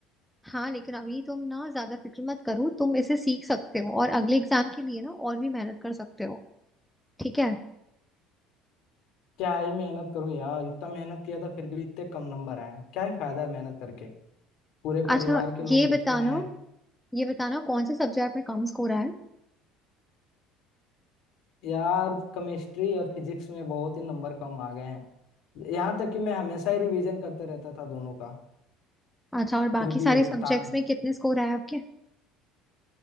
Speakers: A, in the centre; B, on the left.
A: हाँ लेकिन अभी तुम ना ज्यादा फिक्र मत करो तुम इसे सीख सकते हो और अगले एग्जाम के लिए ना और भी मेहनत कर सकते हो ठीक है
B: क्या ही मेहनत करूं यार इतना मेहनत किया था फिर भी इतने कम नंबर आए हैं क्या ही फायदा है मेहनत करके पूरे
A: अच्छा
B: परिवार के लोग
A: ये
B: दुखी
A: बताना
B: हैं
A: ये बताना कौन से सब्जेक्ट में कम स्कोर आया
B: यार केमिस्ट्री और फिजिक्स में बहुत ही नंबर कम आ गए हैं यहाँ तक कि मैं हमेशा ही रिवीजन करते रहता था दोनों का
A: अच्छा और बाकी
B: फिर भी
A: सारे
B: ये
A: सब्जेक्ट्स
B: पता नहीं
A: में कितने स्कोर आए आपके